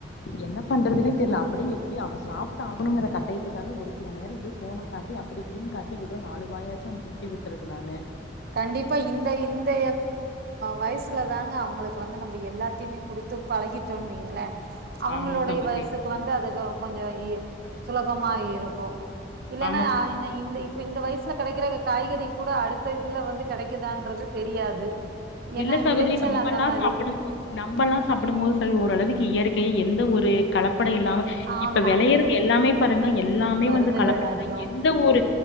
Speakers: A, on the left; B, on the right.
A: என்ன பண்றதுன்னே தெரியல அப்டிய எப்டி அவ சாப்ட்டு ஆகணுங்கிற கட்டயத்துக்காக ஒரு செல நேரோ எப்டி போனை காட்டி அப்டி இப்டின்னு காட்டி ஏதோ நாலு வாயாச்சுஊட்டி விட்டுறது நானு
B: கண்டிப்பா இந்த இந்த வயசுல தாங்க அவங்களுக்கு வந்து நம்ம எல்லாத்தையுமே குடுத்து பழகிட்டோன்னு வைங்களே அவங்களுடைய
A: ஆமா சகோதரி
B: வயசுக்கு வந்து அது கொஞ்சோ இ சுலபமா இருக்கு இல்லன்னா
A: ஆமா
B: இந்த இப்ப இந்த வயசுல கெடைக்கிற காய்கறி கூட அடு அடுத்த இதுல வந்து கெடைக்குதான்றது தெரியாது ஏன்னா
A: இல்ல சகோதரி
B: விளைச்சல்
A: நம்மல்லா
B: அந்த மாரி
A: சாப்டும்போது நம்மல்லா சாப்டும் போது சரி ஓரளவுக்கு இயற்கையை எந்த ஒரு கலப்பட இல்லாம
B: ஆமா
A: இப்ப வெளையறது எல்லாமே பாருங்க எல்லாமே
B: மருந்துகள்
A: வந்து கலப்படம்
B: அதிகோ
A: தா எந்த ஒரு